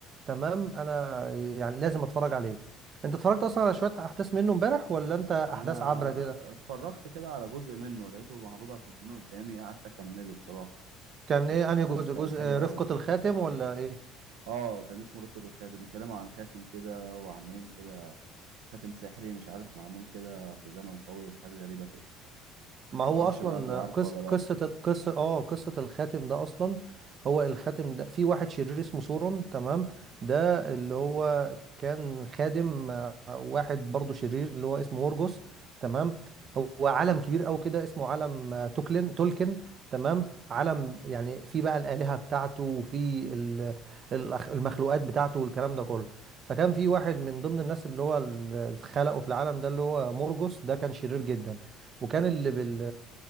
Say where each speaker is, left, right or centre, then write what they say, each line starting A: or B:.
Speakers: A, on the right; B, on the right.
A: تمام انا يعني لازم اتفرج عليه انت اتفرجت اصلا على شوية احداث منه امبارح ولا انت
B: انا
A: احداث عبرة كده
B: اتفرجت كده على جزء منه لقيته معروض على التلفزيون قدامي قعدت اكمله بصراحه
A: كان
B: فكان
A: ايه انهي جزء جزء
B: حلو
A: آه،
B: قوي
A: رفقة الخاتم ولا ايه
B: اه كان اسمه رفقة الخاتم اتكلموا عن خاتم كده وعمالين كده خاتم سحري مش عارف معمول كده في زمن قوي وحاجات غريبة كده
A: ما هو
B: معرفش
A: اصلا
B: بقى تبقى عارفه
A: قص...
B: ولا
A: قصه
B: لأ
A: قصه اه قصه الخاتم ده اصلا هو الخاتم ده في واحد شرير اسمه سورون تمام ده اللي هو كان خادم آه، واحد برضه شرير اللي هو اسمه مورجوس تمام هو عالم كبير قوي كده اسمه عالم آه، توكلن تولكن تمام عالم يعني في بقى الآلهة بتاعته وفي ال- الأخ- المخلوقات بتاعته والكلام ده كله فكان في واحد من ضمن الناس اللي هو اللي خلقه في العالم ده اللي هو مورجوس ده كان شرير جدا وكان اللي بال